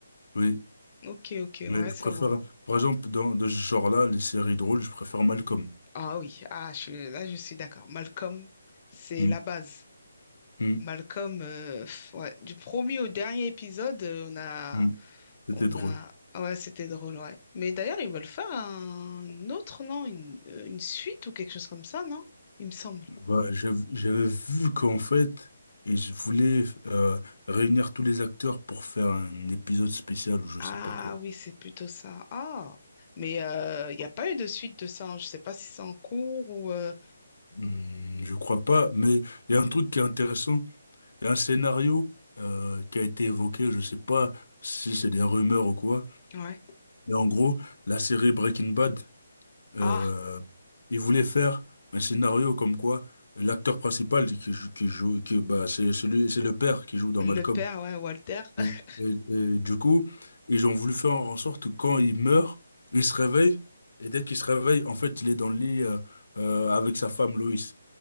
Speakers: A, on the left; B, on the left.
A: Oui.
B: Ok, ok,
A: Mais
B: ouais,
A: je
B: c'est
A: préfère,
B: vrai.
A: par exemple, dans de ce genre-là, les séries drôles, je préfère Malcolm.
B: Ah oui, ah, je, suis- là, je suis d'accord. Malcolm, c'est
A: Hmm,
B: la base.
A: hmm,
B: Malcolm, euh, pff, ouais, du premier au dernier épisode, euh, on a,
A: hmm. C'était
B: on
A: drôle.
B: a, ah ouais, c'était drôle, ouais. Mais d'ailleurs, ils veulent faire un autre, non? Une, euh, une suite ou quelque chose comme ça, non? Il me semble.
A: Bah, j'av- j'avais vu qu'en fait, ils voulaient euh, réunir tous les acteurs pour faire un épisode spécial ou je
B: Ah
A: sais pas quoi.
B: oui, c'est plutôt ça. Ah, mais euh, il n'y a pas eu de suite de ça. hein. Je ne sais pas si c'est en cours ou. euh,
A: Hmm, je crois pas, mais il y a un truc qui est intéressant. Il y a un scénario euh, qui a été évoqué, je sais pas si c'est des rumeurs ou quoi.
B: Ouais.
A: Mais en gros, la série Breaking Bad. Euh,
B: Ah,
A: il voulait faire un scénario comme quoi l'acteur principal qui joue, qui joue, qui, bah, c'est celui, c'est le père qui joue dans
B: le
A: Malcolm.
B: père, ouais, Walter. <laughs>
A: Et, et- et du coup, ils ont voulu faire en sorte que quand il meurt, il se réveille, et dès qu'il se réveille, en fait, il est dans le lit euh, euh, avec sa femme Loïs,